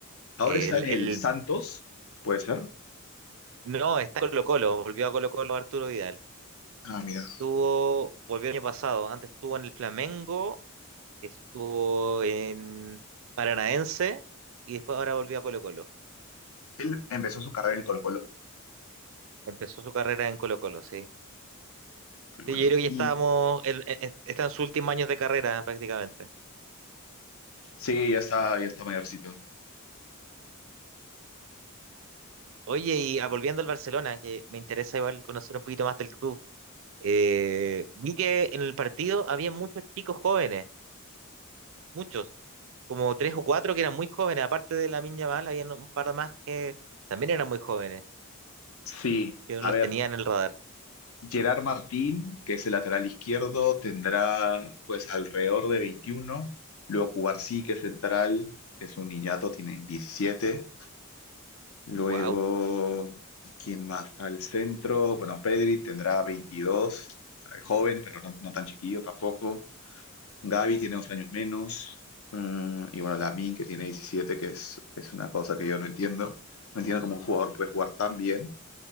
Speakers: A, on the left; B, on the right.
A: Ahora
B: El,
A: está en el
B: el,
A: Santos, puede ser.
B: no, está en Colo-Colo, volvió a Colo-Colo Arturo Vidal.
A: Ah, mira.
B: Estuvo, volvió el año pasado, antes estuvo en el Flamengo estuvo en Paranaense y después ahora volvió a Colo-Colo.
A: Él empezó su carrera
B: Sí.
A: en Colo-Colo.
B: Empezó su carrera en Colo-Colo, sí.
A: Qué bueno.
B: Sí, yo creo que ya
A: Y
B: estábamos, él, eh, eh, está en sus últimos años de carrera eh, prácticamente.
A: sí, ya está, ya está mayorcito.
B: Oye, y ah, volviendo al Barcelona, que me interesa igual conocer un poquito más del club. eh, vi que en el partido había muchos chicos jóvenes, muchos, como tres o cuatro que eran muy jóvenes, aparte de la Miña había un par más que también eran muy jóvenes,
A: Sí,
B: que no
A: a
B: los
A: ver,
B: tenía en el radar.
A: Gerard Martín, que es el lateral izquierdo, tendrá pues alrededor de 21. Luego Cubarsí, que es central, es un niñato, tiene 17. Luego,
B: Wow.
A: ¿quién más? Al centro, bueno, Pedri tendrá 22, o sea, es joven, pero no, no tan chiquillo tampoco. Gavi tiene dos años menos. Mm, y bueno, Lamine, que tiene 17, que es, es una cosa que yo no entiendo. No entiendo cómo un jugador puede jugar tan bien